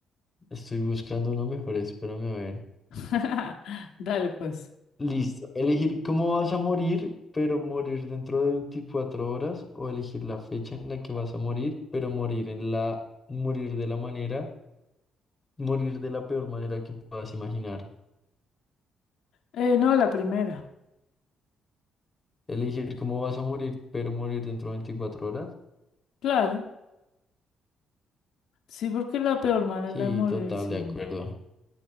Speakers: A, on the left (about 20°); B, on the left (about 80°).
A: estoy buscando una mejor, espérame a ver.
B: <laughs> Dale pues.
A: Listo. Elegir cómo vas a morir, pero morir dentro de 24 horas, o elegir la fecha en la que vas a morir, pero morir en la, morir de la manera, morir de la peor manera que puedas imaginar.
B: Eh, no, la primera.
A: Elegir cómo vas a morir, pero morir dentro de 24 horas.
B: Claro, sí, porque la peor manera
A: Sí,
B: de morir,
A: total,
B: sí,
A: de acuerdo.